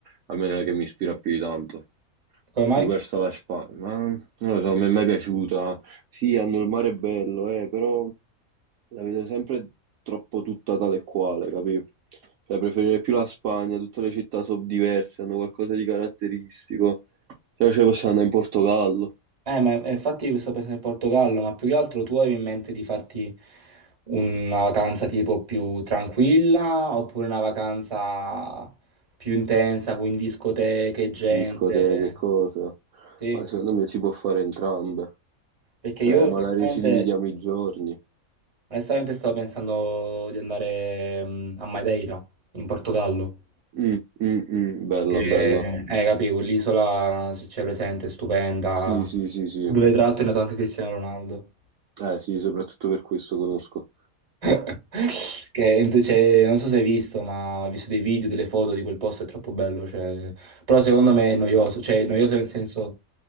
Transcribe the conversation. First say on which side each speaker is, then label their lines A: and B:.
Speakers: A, on the right; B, on the right.
A: a me non è che mi ispira più di tanto.
B: Come mai?
A: Più verso la Spagna, ma non lo so, mi è mai piaciuta. Sì, hanno il mare bello, eh, però la vedo sempre troppo tutta tale e quale, capi? Cioè, preferirei più la Spagna, tutte le città sono diverse, hanno qualcosa di caratteristico. Se no, ce ne possiamo andare in Portogallo.
B: Eh, ma eh, infatti io sto pensando in Portogallo, ma più che altro tu avevi in mente di farti una vacanza tipo più tranquilla oppure una vacanza più intensa, quindi discoteche, gente?
A: discoteche, e cosa?
B: Sì,
A: Ma secondo me si può fare entrambe.
B: perché
A: Cioè,
B: io
A: magari
B: onestamente,
A: ci dividiamo i giorni.
B: onestamente stavo pensando di andare mm, a Madeira, in Portogallo.
A: Mm, mm, mm, bella,
B: Che,
A: bella.
B: eh, capivo, l'isola, se c'è presente, è stupenda,
A: Sì, sì, sì, sì.
B: dove tra l'altro è nato anche Cristiano Ronaldo.
A: Eh, sì, soprattutto per questo conosco.
B: <laughs> Che ent- cioè, non so se hai visto, ma ho visto dei video, delle foto di quel posto, è troppo bello. cioè. Però secondo me è noioso, cioè è noioso nel senso